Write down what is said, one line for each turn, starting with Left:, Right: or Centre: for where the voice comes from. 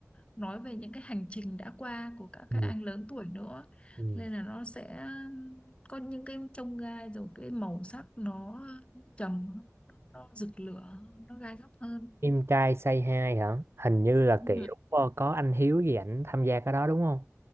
Left: nói về những cái hành trình đã qua của các
Right: ừ.
Left: các anh lớn tuổi nữa
Right: Ừ.
Left: nên là nó sẽ có những cái chông gai rồi cái màu sắc nó trầm nó rực lửa nó gai góc hơn
Right: Im trai say hi hả hình như là
Left: ừ.
Right: kiểu ờ, có anh Hiếu gì ảnh tham gia cái đó đúng không